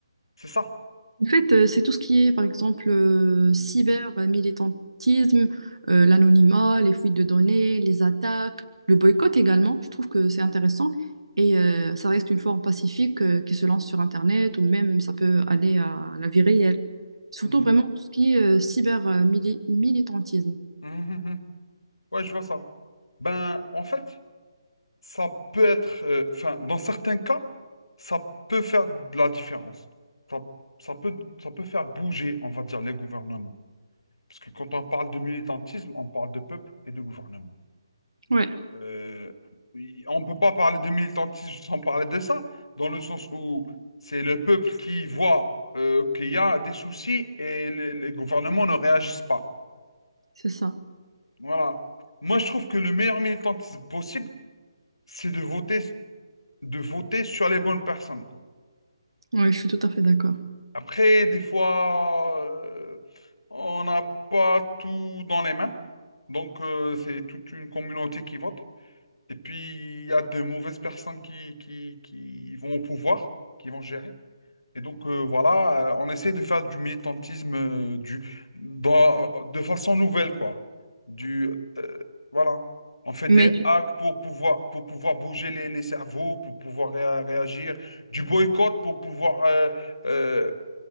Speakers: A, on the left; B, on the right.
A: C'est ça.
B: En fait, euh, c'est tout ce qui est, par exemple, euh,
A: Mhm,
B: cyber, euh, militantisme, euh, l'anonymat, les fuites de données, les attaques, le boycott également. Je trouve que c'est intéressant et euh, ça reste une forme pacifique euh, qui se lance sur Internet ou même ça peut aller à la vie réelle. Surtout
A: mhm,
B: vraiment tout ce qui est euh, cyber euh, mili- militantisme.
A: mhm. Mhm. Ouais, je vois ça. Ben, en fait, ça peut être, euh, enfin, dans certains cas, ça peut faire de la différence. Ça, ça peut, ça peut faire bouger, on va dire, les gouvernements. Parce que quand on parle de militantisme, on parle de peuple et de gouvernement.
B: Ouais,
A: Euh, oui, on ne peut pas parler de militantisme <laughs> sans parler de ça, dans le sens où c'est le peuple qui voit euh, qu'il y a des soucis et les, les gouvernements ne réagissent pas.
B: c'est ça.
A: Voilà. Moi, je trouve que le meilleur militantisme possible, c'est de voter, de voter sur les bonnes personnes, quoi.
B: Ouais, je suis tout à fait d'accord.
A: Après, des fois, euh, on n'a pas tout dans les mains, donc euh, c'est toute une communauté qui vote. Et puis, il y a de mauvaises personnes qui, qui, qui vont au pouvoir, qui vont gérer. Et donc, euh, voilà, euh, on essaie de faire du militantisme euh, du, dans- de façon nouvelle, quoi. Du, euh, voilà. On fait des
B: Mais
A: hacks pour pouvoir, pour pouvoir bouger les, les cerveaux, pour pouvoir réa- réagir, du boycott pour pouvoir euh, euh,